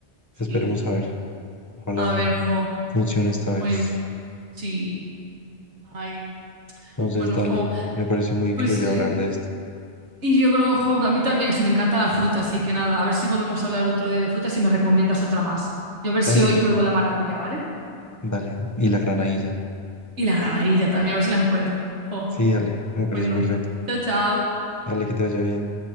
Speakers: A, on the right; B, on the left.
A: sí.
B: Esperemos a ver. Ojalá
A: A ver, jo.
B: funcione esta
A: Bueno,
B: vez.
A: sí. Ay.
B: Entonces,
A: Bueno,
B: dale,
A: jo.
B: me pareció muy increíble
A: Pues, eh,
B: hablar de esto.
A: y yo creo, jo, a mí también se me encanta la fruta, así que nada, a ver si volvemos a hablar otro día de frutas y me recomiendas otra más. Yo a ver si
B: Dale,
A: hoy pruebo la maracuyá, ¿vale?
B: dale, y la granadilla.
A: Y la granadilla también, a ver si la encuentro. Jo,
B: Sí, dale, me
A: bueno,
B: parece perfecto.
A: chao, chao.
B: Dale, que te vaya bien.